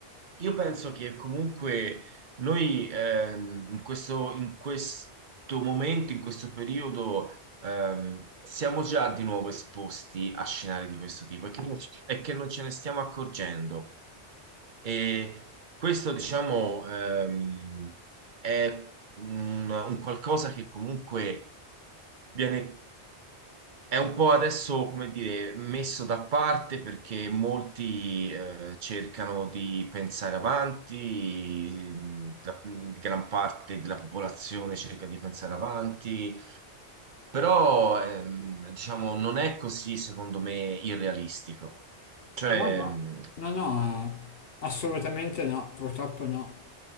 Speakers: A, on the right (about 50°); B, on the left (about 60°).
A: io penso che comunque noi ehm, in questo, in questo momento, in questo periodo, ehm, siamo già di nuovo esposti a scenari di questo tipo e che, e che non ce ne stiamo accorgendo. E questo, diciamo, ehm, è un un qualcosa che comunque viene è un po' adesso, come dire, messo da parte perché molti eh, cercano di pensare avanti, mhmm, la- mhmm, gran parte della popolazione cerca di pensare avanti, però ehm, diciamo non è così, secondo me, irrealistico. Cioè,
B: No, no,
A: mhmm,
B: no, no, eh, assolutamente no, purtroppo no.